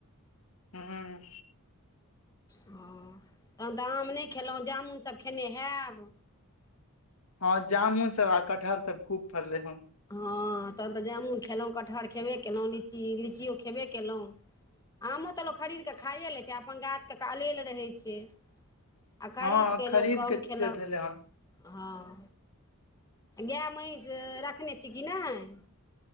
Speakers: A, on the left; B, on the left.
A: ह
B: हँ, तहन तऽ आम नहि खेलहुँ, जामुन सभ खेने हयब।
A: हँ, जामुन सभ आ कटहर सभ खूब फड़लै हँ।
B: हँ, तहन तऽ जामुन खयलहुँ, कटहर खेबे कयलहुँ, लीचियो खयबे कयलहुँ। आमो तऽ लोक खरीद कऽ खाइए लै छै, अपन गाछके अएल रहै छै। आ खरीद
A: हँ
B: कऽ लोक
A: खरीद
B: कम
A: के
B: खयलक।
A: फेर भेलै हन
B: हँ गाय महीँष रखने छी कि नहि?